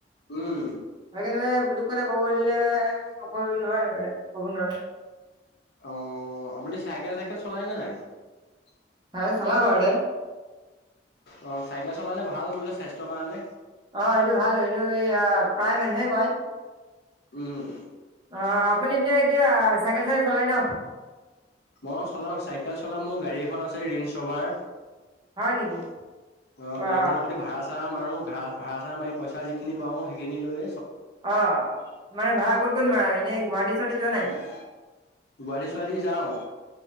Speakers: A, on the left (about 65°); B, on the right (about 25°).
A: উম,
B: সেইকাৰণে মানে দুখ কথা ক'ব গলে কব নোৱাৰি মানে ক'ব নোৱাৰো <unintelligible>
A: অ আপুনি চাইকেল-টাইকেল চলাইনে নাই? <unintelligible>
B: চাই চলাও <unintelligible>
A: অ চাইকেল চলালে ভাল বোলে স্বাস্থ্যৰ কাৰণে। <unintelligible>
B: অ সেইটো ভাল এইটো এই <unintelligible> প্ৰায় মানুহে কয়।
A: উম!
B: অ আপুনি এতিয়া কিবা চাইকেল-চাইকেল চলাই ন? <unintelligible>
A: মই চলাও চাইকেল চলাম মোৰ গাড়ী এখন আছে ৰেইঞ্জ ৰভাৰ
B: হয় নেকি
A: <unintelligible> অ
B: বা
A: গাড়ীখনৰ সৈতে ভাড়া-চাড়া মাৰো। ভৰা চাৰা মাৰি পইচা যিখিনি পাওঁ সেইখিনি লৈ
B: অ মানে ভাড়া ক'ত-ক'ত মাৰা এনেই গুৱাহাটী? চুৱাহাটী যোৱা নাই
A: উম গুৱাহাটী-চোৱাহাটী যাওঁ